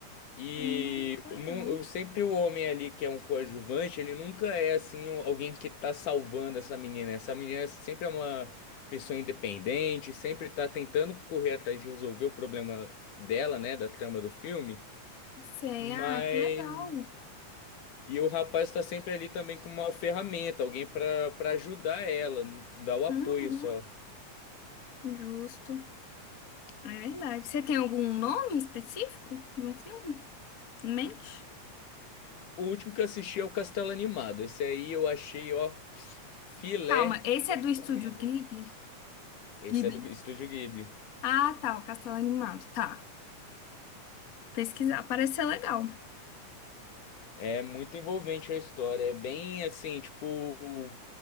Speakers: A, on the left; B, on the left.
A: E
B: hum, que legal.
A: nu- eu sempre o homem ali que é um coadjuvante, ele nunca é assim o- alguém que tá salvando essa menina. Essa menina sempre é uma pessoa independente, sempre tá tentando correr atrás de resolver o problema dela, né, da trama do filme.
B: Sei,
A: Mas
B: ah, que legal.
A: e o rapaz tá sempre ali também com uma ferramenta, alguém pra para ajudar ela, dar o apoio
B: Uhum,
A: só.
B: justo. É verdade. Você tem algum nome específico de um filme em mente?
A: O último que eu assisti é o Castelo Animado. Esse aí eu achei, ó, filé,
B: Calma, esse
A: recomendo.
B: é do estúdio Ghibli?
A: Esse
B: Ghibli.
A: é do Estúdio Ghibli.
B: Ah, tá, o Castelo Animado, tá. Pesquisar, parece ser legal.
A: É muito envolvente a história. É bem assim, tipo,